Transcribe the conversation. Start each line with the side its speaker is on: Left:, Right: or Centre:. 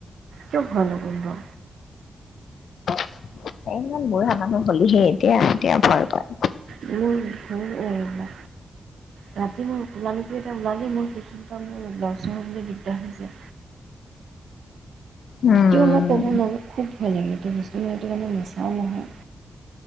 Right: কিয় ভয় নকৰিম ক।
Left: এ মোৰ বুঢ়া মানুহ হ'লিহে এতিয়া এতিয়া ভয় ভয়।
Right: মোৰ ভয় লাগে যেন বা। ৰাতি মোৰ কোলা মেকুৰি এটা ওলালি মোৰ সেইখিনি পা মোৰ লৰ চৰ হ'বলৈ দিগদাৰ হৈছে।
Left: উম।
Right: কিয় মই কব নোৱা খুব ভয় লাগে এতিয়া বস্তু ম সেইটো কাৰণে নেচাও নহয়।